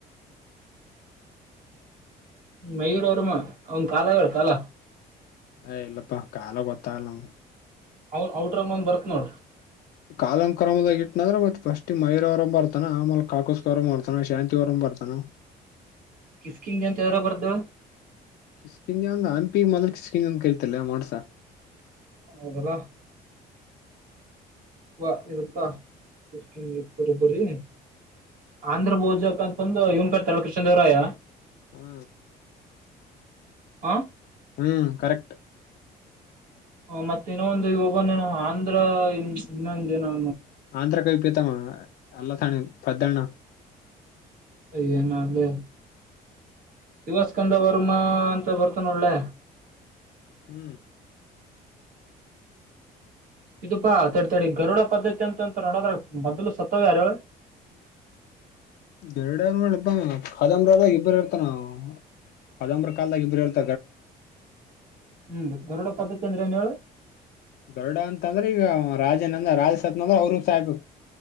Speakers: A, on the right (about 60°); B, on the left (about 70°).
A: ಮಯೂರ ಅವರಮ್ಮ ಅವನ್ ಕಾಲ ಹೇಳ ಕಾಲ
B: ಹ್ ಇಲ್ಲಪ್ಪ ಕಾಲ ಗೊತ್ತಾಗಲ್ಲ
A: ಅವನ್ ಔಟ್ರಾಗ ನಂದ ಬರತ್ ನೋಡ್
B: ಕಾಲಂ ಕ್ರದಾಗ ಇಟ್ಟನಂದ್ರೆ ಮತ್ ಫಸ್ಟ್ ಮೈರ ಅವರ ಬರ್ತಾನ ಆಮೇಲೆ ಕಾಕಸ್ ಅವರ ಮಾಡ್ತಾನ ಶಾಂತಿವರ ಬರ್ತಾನ
A: ಕಿಸಕಿನ್ ಅಂತ ಅದ್ರಲ್ಲಿ ಬರ್ತತಿ ಹೇಳು
B: ಕಿಸ್ಕನ್ಿ ಹಂಪಿ ಅನ್ಪಿ ಮೊದ್ಲು ಕಿಸ್ಕನ್ಿ ಅಂದ ಕೇಳ್ತಲ್ಲ ಮೋಡ್ಸ
A: ಹೌದಲ್ಲಾ ವಾ ಇರುತ್ತಾ ಕಷ ಬರಬ್ಬ್ರರಿ ಆಂಧ್ರ ಭೋಜಕ್ ಅಂತಂದು ಇವನ್ಕರ್ ತಳ ಕೃಷ್ಣ ದೇವರಾಯ
B: ಹೂ
A: ಹಾ
B: ಹೂ ಕರೆಕ್ಟ್
A: ಹ ಮತ್ತೆ ಇನೊ ಒಂದು ಇ ಒಬ್ಬನನ ಆಂಧ್ರ ಇ ಇನ್ನೊಂದ ಏನೋ
B: ಆಂಧ್ರ ಕವಿ ಪ್ರೀತ ಅಲ್ಲಥಾನ ಪದ್ದಣ್ಣ
A: ಯನಲ್ಲೆ ಶಿವಸ್ಕಂದ ವರ್ಮ ಅಂತ ಬರ್ತಾನ ಒಳ್ಳೆ
B: ಹೂ
A: ಇದುಪಾ ತದ್ ತಡಿ ಗರುಡ ಪದ್ದತಿ ಅಂತ್ ಅಂತರ್ ನೋಡದ್ರ ಮೊದಲು ಸತ್ತವ ಯಾರು. <unintelligible>
B: ಗರುಡ ನೋಡಿ ಪ ಕಾದಂಬರಿದಾಗ ಇಬ್ಬರು ಇರ್ತ ನಾವು ಕಾದಂಬ್ರ ಕಾಲದಾಗ ಇಬ್ಬರು ಇರ್ತ
A: ಹ್ಮ್ ಗರುಡ ಪದ್ದತಿ ಅಂದ್ರ ಏನ್ ಹೇಳ್
B: ಗರುಡ ಅಂತ್ ಅಂದ್ರೆ ಈಗ ರಾಜನ್ ಅಂದ್ರ ರಾಜ ಸತ್ ಅಂದ್ರೆ ಅವರುೂ ಸಾಯ್ಬೇಕು.